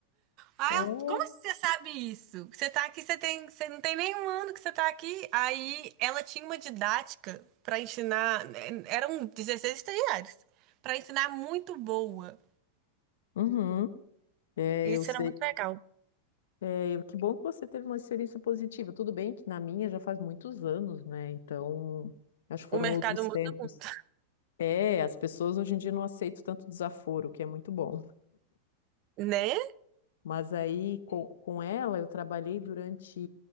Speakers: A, on the right; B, on the left.
A: Ah,
B: Oh,
A: eu- como você sabe isso? Você tá aqui, você tem, você não tem nenhum ano que você tá aqui. Aí ela tinha uma didática pra ensinar, né, eram 16 estagiários, Pra ensinar muito boa.
B: Uhum. É,
A: Isso
B: eu sei.
A: era muito legal.
B: É, eu- que bom que você teve uma experiência positiva. Tudo bem que na minha já faz muitos anos, né? Então, acho que foram
A: O mercado
B: outros
A: muda
B: tempos.
A: muito,
B: É, as pessoas hoje em dia não aceitam tanto desaforo, o que é muito bom.
A: né?
B: Mas aí com, com ela eu trabalhei durante,